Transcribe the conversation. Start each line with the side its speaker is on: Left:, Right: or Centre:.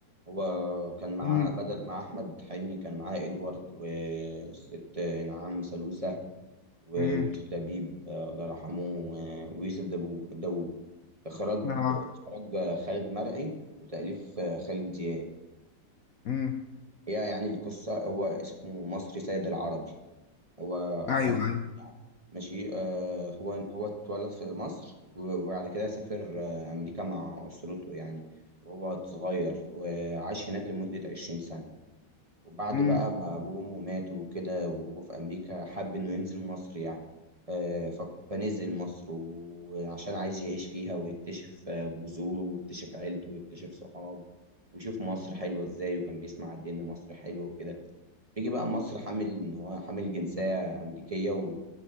Right: هو كان معاه
Left: مم.
Right: بدل مع أحمد حلمي كان معاه إدوارد والست نعام سلوسة ولطفي
Left: مم.
Right: لبيب آه، الله يرحمه آه، ويوسف دابو- داوود إخراج
Left: آه.
Right: إخراج خالد مرعي وتأليف آه، خالد دياب
Left: مم.
Right: هي يعني القصة هو اسمه مصري سيد العربي هو
Left: أيوه
Right: أحمد
Left: أيوه
Right: يعني ماشي آه، هو هو اتولد في مصر وبعد كده سافر آه، أمريكا مع أسرته يعني وهو صغير وعاش هناك لمدة عشرين سنة وبعد
Left: مم.
Right: بقى ما أبوه وأمه ماتوا وكده وهو في أمريكا حب إنه ينزل مصر يعني آه، ف- فنزل مصر وعشان عايز يعيش فيها ويكتشف آه، جذوره ويكتشف عيلته ويكتشف صحاب ويشوف مصر حلوة إزاي وكان بيسمع قد إيه إن مصر حلوة وكده بيجي بقى مصر حامل ان هو حامل جنسية أمريكية و-